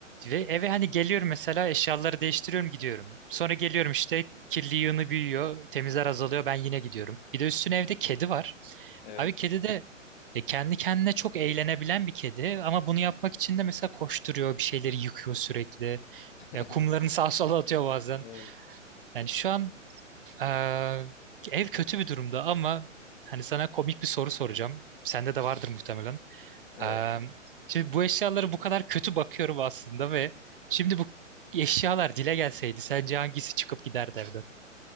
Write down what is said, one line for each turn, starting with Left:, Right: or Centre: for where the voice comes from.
Right: ve eve hani geliyorum mesela eşyaları değiştiriyorum gidiyorum. Sonra geliyorum işte kirli yığını büyüyor, temizler azalıyor ben yine gidiyorum. Bir de üstüne evde kedi var.
Left: Evet.
Right: Abi kedi de e, kendi kendine çok eğlenebilen bir kedi ama bunu yapmak için de mesela koşturuyor, bir şeyleri yıkıyor sürekli.
Left: <laughs>
Right: Ya, kumlarını <laughs> sağa sola atıyor bazen.
Left: Evet.
Right: Yani şu an e, ev kötü bir durumda ama hani sana komik bir soru soracağım. Sende de vardır muhtemelen.
Left: Evet.
Right: Eee, şimdi bu eşyalara bu kadar kötü bakıyorum aslında ve şimdi bu eşyalar dile gelseydi sence hangisi çıkıp giderdi evden?